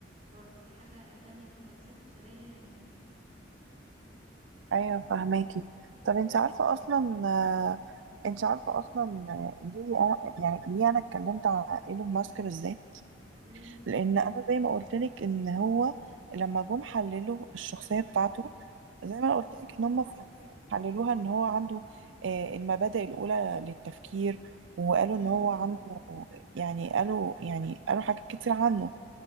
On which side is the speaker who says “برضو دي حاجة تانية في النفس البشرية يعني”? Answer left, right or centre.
Right